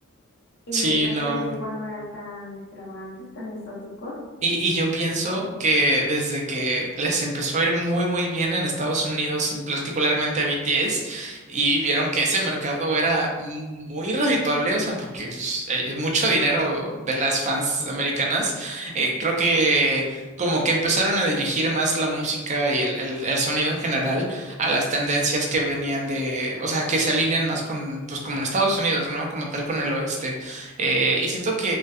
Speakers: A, on the left; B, on the right.
A: y
B: sí,
A: sus vestuarios
B: no.
A: igual no eran tan extravagantes, tan exóticos.
B: Y, y yo pienso que desde que les empezó a ir muy muy bien en Estados Unidos, en particularmente a BTS, y vieron que ese mercado era muy redituable, o sea, porque pues, hay mucho dinero de las fans americanas, eh, creo que como que empezaron a dirigir más la música y el, el, el sonido en general a las tendencias que venían de, o sea, que se alinean más con, pues como en Estados Unidos, ¿no? Como tal con el oeste. Eh, y siento